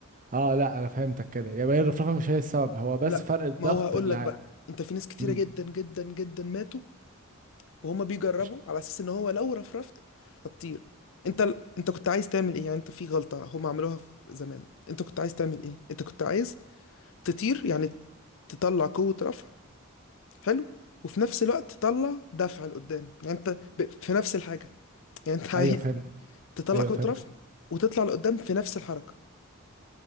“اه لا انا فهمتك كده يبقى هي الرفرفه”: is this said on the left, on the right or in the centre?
Right